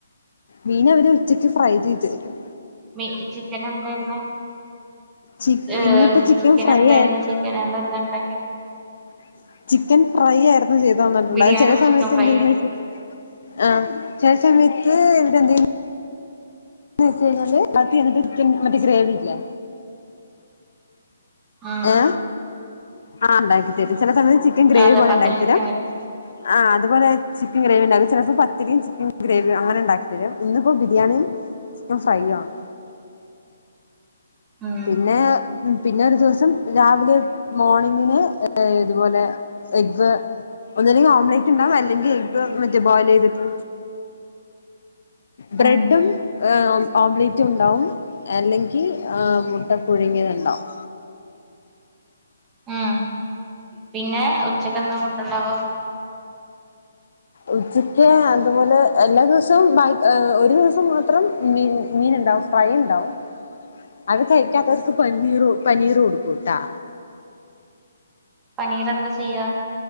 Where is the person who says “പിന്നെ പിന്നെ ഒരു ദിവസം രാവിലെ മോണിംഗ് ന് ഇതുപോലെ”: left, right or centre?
Left